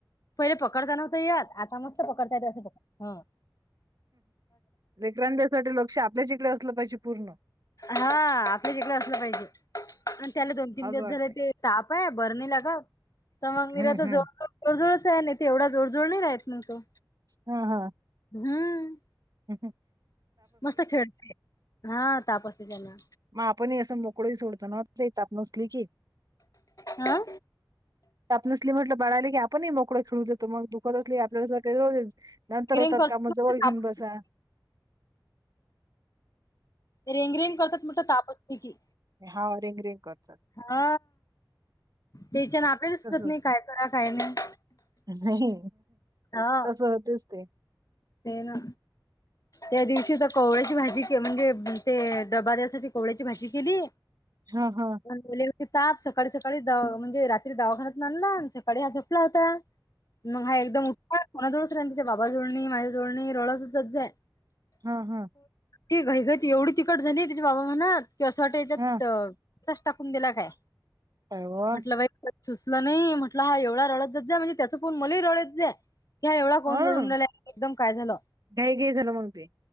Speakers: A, on the left (about 45°); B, on the right (about 50°).
A: पहिले पकडता नव्हत यात आता मस्त पकडता येत असं पड
B: विक्रांद्यासाठी लोकश आपल्याच इकडे असलं पाहिजे पूर्ण
A: हा आपल्या जकड असलं पाहिजे आणि त्याला दोन तीन
B: असं
A: दिवस
B: वाटतंय
A: झाले ते. ताप आहे बरणी लागत तर मग
B: हम्म
A: मला तर
B: हम्म
A: जोड जोडजोडच आहे नाही ते एवढा जोडजोड नाही राहत मग तो.
B: हा हा
A: हम्म.
B: ह हं
A: मस्त खेळते हा ताप असते त्यांना.
B: मग आपण हे असं मोकळंही सोडतो ना ते नसली की.
A: हा
B: आपणसले म्हटलं बाळाले की आपणही मोकळे खेळू द तर मग दुःखत असली की आपल्याला कस <unintelligible> नंतर होतात
A: रिंग करतात
B: काम
A: मग
B: जवळ घेऊन
A: ताप
B: बसा.
A: रेंग रेंग करतात म्हटलं तापसते की.
B: हा रेंग रेंग करचात.
A: हा तेच्यान आपल्याला सुचत
B: तसच
A: नाही काय करा काय नाही.
B: नाही
A: हा
B: तस होतेच ते
A: ते ना त्या दिवशी तर कोहळ्याची भाजी के म्हणजे ते डबा द्यायसाठी कोहळ्याची भाजी केली.
B: हा हा.
A: वेले वळी ताप सकाळी सकाळी द म्हणे र्री दावाखान्यात आणला आमच्यात. कडे हा झपला होता मग हा एकदम कोणाजवळच राहित नाही तिच्या बाबा जवळ‌ नाही, माझ्या जवळ नाही रडतच जात जाय.
B: हा हा
A: ठीक हक त एवढी तिखट झाली त्याच्या बाबा म्हनात कि असं वाटत याच्यात.
B: हा
A: टाकून दिला काय
B: काय व
A: म्हटलं बाई. सुचलं नाही. म्हटलं हा एवढा रडतच जा म्हणजे त्याचा पाहून मलाही रडत जाय. कि हा एवढा
B: हा
A: कोण रडून राहिला एकदम काय झालं.
B: घाई घाई झालं मग ते